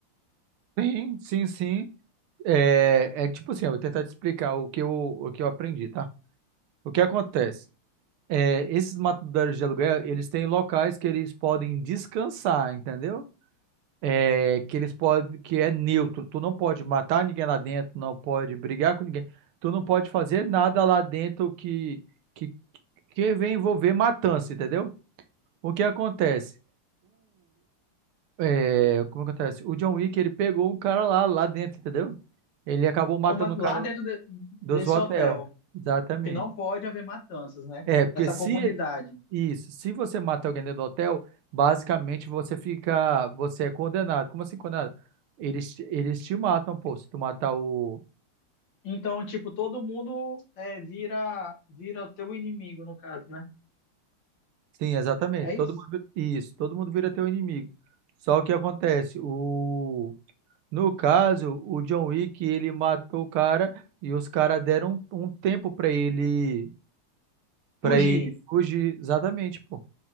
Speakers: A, on the right; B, on the left.
A: sim, sim. sim. É, é tipo assim, eu vou tentar te explicar o que eu, o que eu aprendi, tá? O que acontece? É, esses matadores de aluguel, eles têm locais que eles podem descansar, entendeu? É, que eles podem, que é neutro. Tu não pode matar ninguém lá dentro, não pode brigar com ninguém. Tu não pode fazer nada lá dentro que que, que vem envolver matança, entendeu? O que acontece? É, como acontece? O John Wick, ele pegou um cara lá, lá dentro, entendeu? Ele acabou matando
B: como
A: o
B: lá
A: cara
B: dentro
A: lá
B: de-
A: do
B: desse
A: hotel.
B: hotel,
A: Exatamente.
B: que não pode haver matanças, né?
A: É, porque
B: Nessa
A: se
B: comunidade.
A: isso, se você mata alguém dentro do hotel, basicamente você fica, você é condenado. Como assim condenado? Eles, eles te matam, pô, se tu matar o...
B: Então, tipo, todo mundo é, vira vira o teu inimigo, no caso, né?
A: Sim, exatamente.
B: É
A: Todo
B: isso?
A: mundo, vi- isso, todo mundo vira teu inimigo. Só que acontece, o no caso, o John Wick, ele matou o cara e os caras deram um um tempo pra ele Pra
B: Fugir.
A: ele fugir. Exatamente, pô.